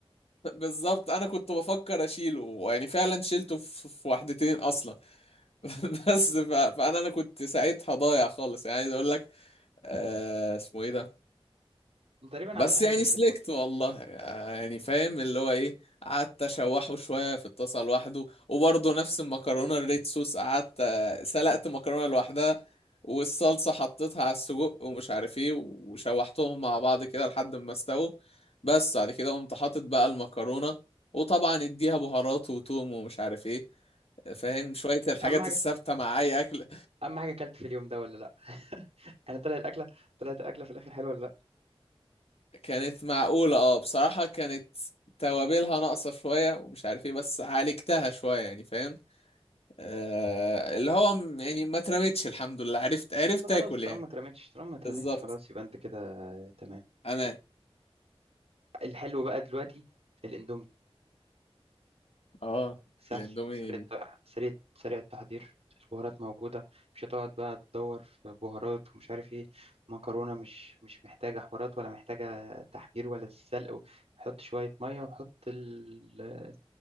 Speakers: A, on the left; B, on the right.
A: بالظبط انا كنت بفكر اشيله يعني فعلا شيلته في في واحدتين اصلا <laughs> بس ف... فانا انا كنت ساعتها ضايع خالص يعني عايز اقول لك آه اسمه ايه ده
B: انت تقريبا
A: بس
B: عملت حاجه
A: يعني
B: زي
A: سلكت
B: كده برضه
A: والله يعني فاهم اللي هو ايه قعدت اشوحه شويه في الطاسه لوحده وبرضه نفس المكرونه الريد صوص قعدت سلقت مكرونه لوحدها والصلصه حطيتها على السجق ومش عارف ايه وشوحتهم مع بعض كده لحد ما استووا بس بعد كده قمت حاطط بقى المكرونه وطبعا اديها بهارات وتوم ومش عارف ايه فاهم شويه الحاجات
B: اهم حاجه
A: الثابته مع اي اكل
B: اهم حاجه اكلت في اليوم ده ولا لا يعني طلعت الاكله طلعت الاكله في الاخر حلوه ولا لا
A: كانت معقولة اه بصراحة كانت توابلها ناقصة شوية ومش عارف ايه بس عالجتها شوية يعني فاهم آه اللي هو م- يعني ما اترمتش الحمد لله عرفت عرفت
B: بس خلاص
A: اكل
B: طالما
A: يعني
B: ما اترمتش طالما ما اترمتش
A: بالظبط
B: خلاص يبقى انت كده آه، تمام
A: امان
B: الحلو بقى دلوقتي الاندومي
A: اه
B: سهل
A: الاندومي
B: سريع الت- سريع سريع التحضير البهارات موجودة مش هتقعد بقى تدور في بهارات ومش عارف ايه مكرونة مش مش محتاجة حوارات ولا محتاجة تحمير ولا تتسلق حط شوية مية وحط ال-